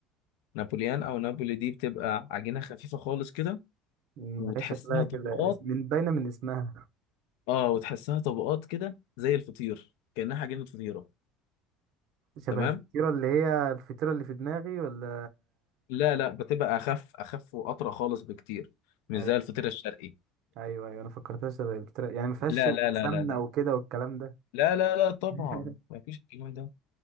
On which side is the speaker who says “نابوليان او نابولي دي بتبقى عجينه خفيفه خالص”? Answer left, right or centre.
Left